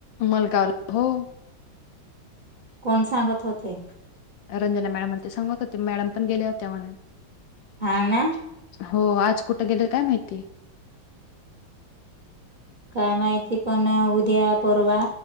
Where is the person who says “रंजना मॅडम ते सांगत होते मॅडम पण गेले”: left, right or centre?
Left